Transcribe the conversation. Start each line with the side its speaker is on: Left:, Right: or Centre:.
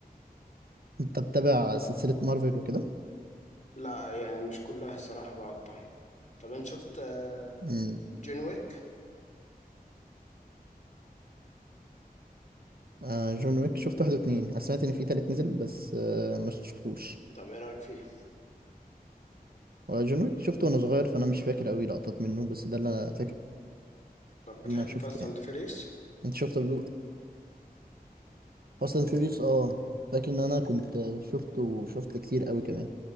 Right: انت بتابع سلسله مارفل وكده
Left: لا يعني مش كلها الصراحة بقطع طب أنت شفت آه،
Right: امم
Left: جون ويك؟
Right: آه جون ويك شفت واحد واتنين انا سمعت ان في تالت نزل بس آه ما شفتوش
Left: طب ايه رايك فيه
Right: هو جون ويك شفته وانا صغير فانا مش فاكر قوي لقطات منه بس ده اللي انا فاكر
Left: طب بتحب
Right: ان انا شفته
Left: فاست
Right: يعني
Left: اند فيريس
Right: انت شفته بلو اصلا فيوريوس اه فاكر ان انا كنت شفته وشفت كتير قوي كمان